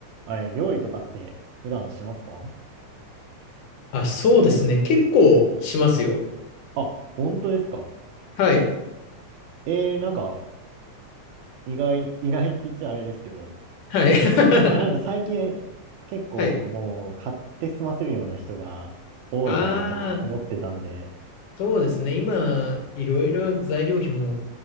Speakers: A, on the right; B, on the left.
A: あれ、料理とかって普段しますか
B: あ、そうですね。結構しますよ。
A: あ、本当ですか
B: はい。
A: えー、なんか、意外、意外って言っちゃあれですけど、
B: はい。<laughs>
A: まあなんか最近結構もう買って済ませるような人が多いかなと思ってたんで、
B: はい。ああ、そうですね。今、いろいろ材料費も